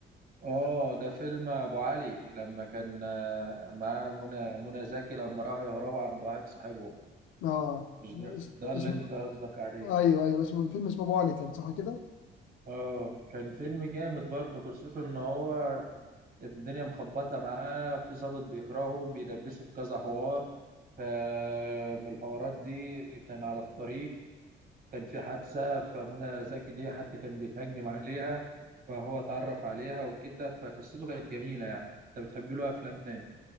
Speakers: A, on the right; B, on the left.
A: اه ده فيلم ابو علي لما كان آه، معاه منى منى زكي لما راحوا يهربوا عند واحد صاحبه
B: آه
A: مش
B: اس-
A: ده ده اللي
B: اسمه
A: انت قصدك عليه
B: إيه؟ أيوه أيوه اسمه الفيلم اسمه أبو علي كان صح كده؟
A: اه كان فيلم جامد برضه خصوصا ان هو الدنيا مخبطه معاه في ظابط بيكرهه بيدبسه في كذا حوار فمن الحوارات دي كان على الطريق كان في حادثه فمنى زكي دي حد كان بيتهجم عليها فهو اتعرف عليها وكده فقصته كانت جميله يعني انت بتحب له افلام تاني